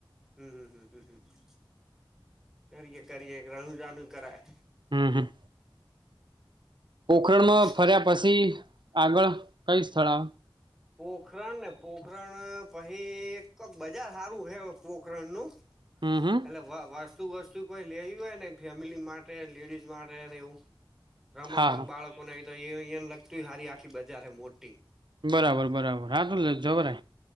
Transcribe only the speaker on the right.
હમ હમ પોખરણમાં
ફર્યા પછી આગળ કઈ સ્થળ આવે
હમ હમ
હા હા
બરાબર બરાબર હા